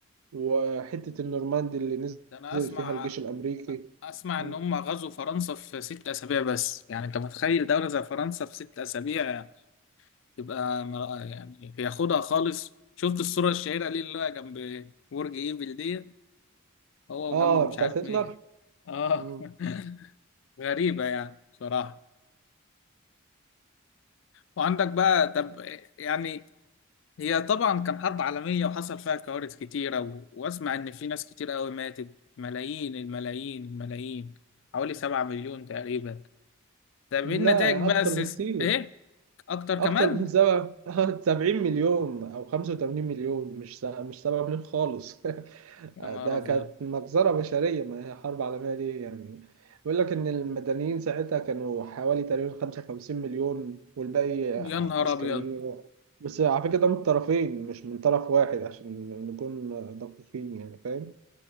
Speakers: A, on the right; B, on the left.
A: وحتة النورماندي اللي نزل
B: ده انا اسمع
A: فيها الجيش الأمريكي
B: اسمع
A: م.
B: ان هم غزوا فرنسا في ست اسابيع بس يعني انت متخيل دولة زي فرنسا في ست اسابيع تبقى مر- يعني ياخدها خالص شفت الصورة الشهيرة ليه اللي هو جنب برج ايفل دي هو
A: آه
B: وجنبه مش
A: بتاعت
B: عارف
A: هتلر
B: مين اه
A: م.
B: <laughs> غريبة يعني بصراحة وعندك بقى طب يعني هي طبعا كان حرب عالمية وحصل فيها كوارث كتيرة و... واسمع ان في ناس كتير قوي ماتت ملايين الملايين الملايين حوالي سبعة مليون تقريبا طب
A: لا
B: ايه النتائج
A: يعني
B: بقى
A: أكتر
B: السيس...
A: بكتير
B: ايه اكتر
A: أكتر
B: كمان
A: من سبعة <laughs> سبعين مليون أو خمسة وتمانين مليون مش سبعة مش سبعة مليون خالص <laughs>
B: يا نهار
A: ده
B: ابيض
A: كانت مجزرة بشرية ما هي حرب عالمية ليه يعني بيقول لك إن المدنيين ساعتها كانوا حوالي تقريبا 55 مليون والباقي ع-
B: يا نهار
A: عسكريين
B: ابيض
A: بس على فكرة ده من الطرفين مش من طرف واحد عشان نكون دقيقين يعني فاهم